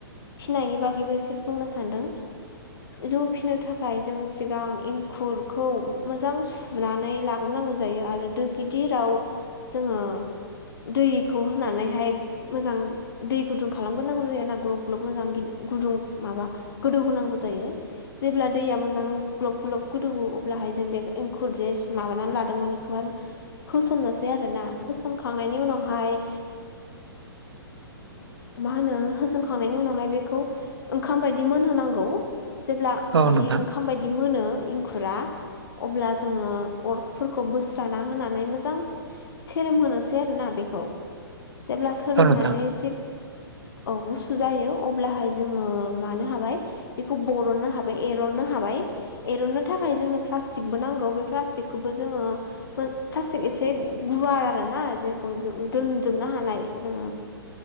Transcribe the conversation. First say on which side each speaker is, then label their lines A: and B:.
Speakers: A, on the left; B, on the right.
A: फिनायनि बागैबो एसे बुंनो सानदों जौ फिनो थाखाय जों सिगांं एंखुर खौ मोजां सुनानै लाग्रोनांगौ जायो आरो दो गिदिराव जोङो दैखौ होनानैहाय मोजां दै गुदुं खालामग्रोनांगौ जायाना ग्लब ग्लब मोजां गुदुं माबा गोदौ होनांगौ जायो जेब्ला दैया मोजां ग्लब ग्लब गोदौवो अब्लाहाय जों बे एंखुर जे माबानानै लादोंमोन बेखौहाय होसननोसै आरोना होसनखांनायनि उनाव हाय मा होनो होसनखांनायनि उनावहाय बेखौ ओंखाम बायदि मोनहोनांगौ जेब्ला
B: अ औ नोंथां औ
A: माने
B: नोंथां
A: ओंखाम बायदि मोनो एंखुरा अब्ला जोङो अरफोरखौ बोस्राना होनानै मोजां सेरोम होनोसै आरोना बेखौ जेब्ला सोरोमनानै
B: औ नोंथां औ नोंथां
A: एसे औ गुसु जायो अब्लाहाय जोङो मानो हाबाय बेखौ बरननो हाबाय एरननो हाबाय एनो थाखाय जों प्लास्टिकबो नांगौ बे प्लास्टिकखौबो जोङो प्लास्टिक एसे गुवार आरोना जेखौ दोनजोबनो हानाय जोङो